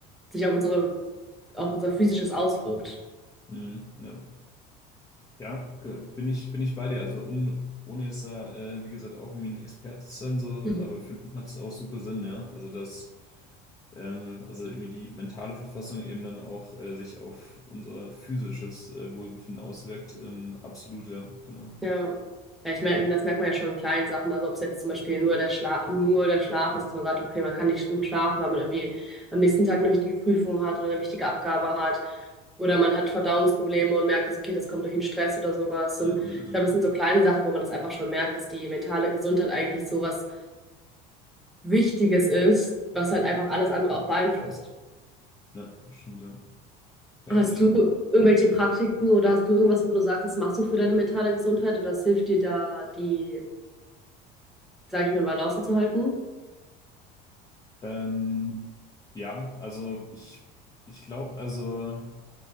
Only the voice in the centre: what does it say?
sich auf unsere, auf unser Physisches auswirkt.
Mhm.
Ja. Ja, ich merke, das merkt man ja schon in kleinen Sachen. Also ob es jetzt zum Beispiel nur der Schla nur der Schlaf ist, dass man sagt, okay, man kann nicht gut schlafen, weil man irgendwie am nächsten Tag eine wichtige Prüfung hat oder eine wichtige Abgabe hat. Oder man hat Verdauungsprobleme und merkt, dass, okay, das kommt durch den Stress oder sowas. Und
ich glaube, das sind so kleine Sachen, wo man das einfach schon merkt, dass die mentale Gesundheit eigentlich so was Wichtiges ist, was halt einfach alles andere auch beeinflusst.
Hast
du
irgendwelche Praktiken oder hast du irgendwas, wo du sagst, das machst du für deine mentale Gesundheit oder es hilft dir da, die, sag ich mal, in Balance zu halten?